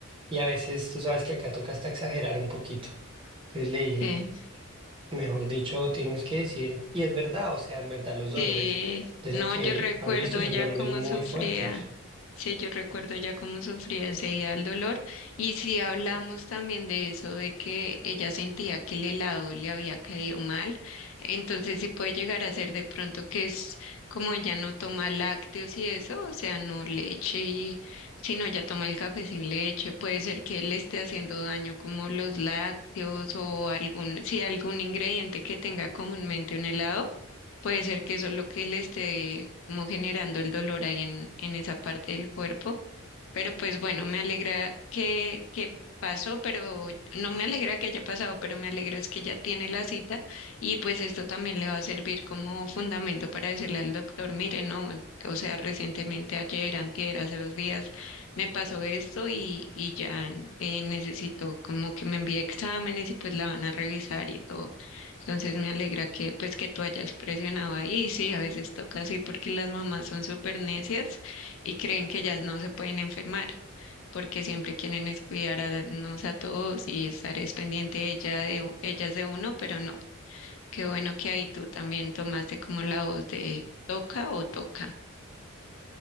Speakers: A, on the right; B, on the left.
A: y a veces tú sabes que acá toca hasta exagerar un poquito. Entonces le dije,
B: Sí,
A: mejor dicho, tienes que decir, y es verdad, o sea, en verdad los dolores
B: sí.
A: de
B: No,
A: lo que
B: yo recuerdo
A: han visto son
B: ella
A: dolores
B: cómo
A: muy
B: sufría.
A: fuertes.
B: Sí, yo recuerdo ya cómo sufría ese día el dolor. Y si hablamos también de eso, de que ella sentía que el helado le había caído mal, entonces sí puede llegar a ser de pronto que es como ella no toma lácteos y eso, o sea, no leche y sino ella toma el café sin leche, puede ser que le esté haciendo daño como los lácteos o algún, sí, algún ingrediente que tenga comúnmente un helado Puede ser que eso es lo que le esté como generando el dolor ahí en, en esa parte del cuerpo. Pero pues bueno, me alegra que, que pasó, pero no me alegra que haya pasado, pero me alegra es que ya tiene la cita y pues esto también le va a servir como fundamento para decirle al doctor, mire, no, o sea, recientemente ayer, antier, hace dos días me pasó esto y, y ya eh, necesito como que me envíe exámenes y pues la van a revisar y todo. Entonces me alegra que pues que tú hayas presionado ahí, sí, a veces toca así porque las mamás son súper necias y creen que ellas no se pueden enfermar, porque siempre quieren es cuidar a nos a todos y estar es pendiente ella de, u- ellas de uno, pero no. Qué bueno que ahí tú también tomaste como la voz de toca o toca.